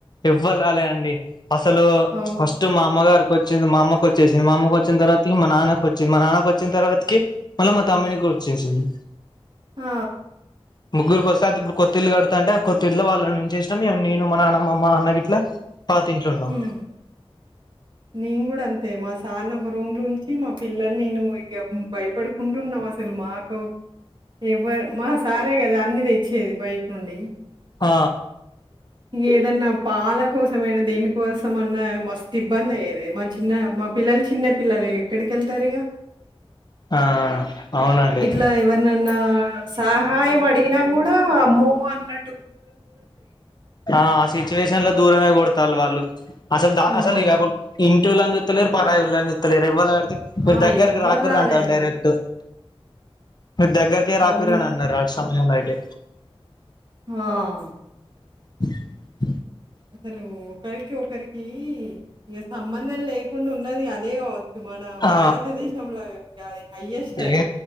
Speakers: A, on the left (about 45°); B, on the right (about 50°).
A: ఎవ్వరు రాలే అండి. అస్సలు
B: ఓహ్!
A: ఫస్ట్ మా అమ్మగారు కువచ్చింది మా అమ్మకు వచ్చేసింది. మా అమ్మకు వచ్చిన తర్వాత ఇగ మా నాన్నకు వచ్చింది. మా నాన్నకు వచ్చిన తర్వాతకి మళ్ళా మా తమ్మునికి వచ్చేసింది.
B: ఆ
A: ముగ్గురికి వస్తే అతేఇప్పుడు కొత్తిళ్లుకడుతాంటే ఆ కొత్తింట్లో వాళ్ళనుంచేశినం ఇగ నేను, మానాన్న, మాఅన్నా గిట్ల ట్ల పాతింట్ల ఉన్నం.
B: హ్మ్. నేను కూడా అంతే మా సార్ని ఒక రూమ్లుంచి మా పిల్లలు, నేను ఇగ భయపడుకుంటున్నం. అసలు మాకు ఎవరు మా సారే కదా అన్ని తెచ్చేది బయటినుండి.
A: ఆ
B: ఏదన్నా పాల కోసమైనా దేనికోసం అన్నా మస్తు ఇబ్బంది అయ్యెది. మా చిన్న మా పిల్లలుచిన్నపిల్లలే ఎక్కడికి ఎళ్తారు ఇగా.
A: ఆ అవునండి
B: ఇట్లా ఎవరినన్నా సాహాయం అడిగినా కూడా అమ్మో అన్న
A: ఆ ఆ సిచ్యువేషన్ల దూరమే కొడుత్ తాల్లువాళ్ళు అసలు
B: ఆ!
A: అసలు ఇగా ఇంటోళ్ళని చూత్తలేరు, పరాయోళ్ళని చూత్తలేరు ఎవ్వరుగాని మీరు
B: ఆ!
A: దగ్గరికి
B: ఎవ్వరు
A: రాకుల్లి
B: రాలే
A: అంటాల్లు
B: అసలు.
A: డైరెక్ట్. మీరు దగ్గరికే రాకూర్రి
B: అవును.
A: అని అన్నరు ఆ సమయంలో అయితే.
B: ఆ!
A: <inaudible>
B: అసలు ఒకరికి ఒకరికి ఇగ సంబంధం లేకుండా ఉన్నది అదే గావ కి మన
A: ఆ
B: భారతదేశంలో అది హయ్యెస్ట్
A: ఇగ
B: అది.